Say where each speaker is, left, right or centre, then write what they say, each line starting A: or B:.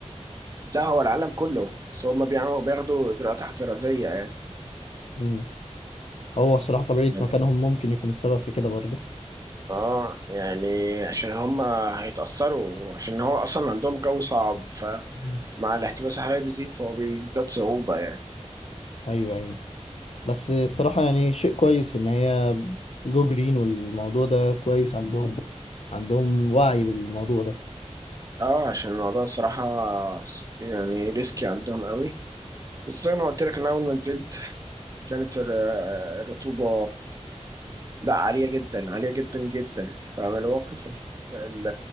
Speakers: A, on the right; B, on the left.
A: لا هو العالم كله بس هم بيعملوا بياخدوا اجراءات احترازيه يعني
B: مم. هو الصراحة طبيعة
A: يعني
B: مكانهم ممكن يكون السبب في كده برضو
A: اه يعني عشان هم هيتاثروا عشان هو اصلا عندهم جو صعب فمع
B: مم.
A: الاحتباس الحراري بيزيد فهو بيزداد صعوبه يعني
B: ايوه ايوه بس الصراحة يعني شيء كويس ان هي جو جرين والموضوع ده كويس عندهم عندهم وعي بالموضوع ده
A: اه عشان الموضوع الصراحه يعني ريسكي عندهم قوي بس زي ما قلت لك انا اول ما نزلت كانت الر- الرطوبه لا عاليه جدا عاليه جدا جدا فمن المواقف ال- ال-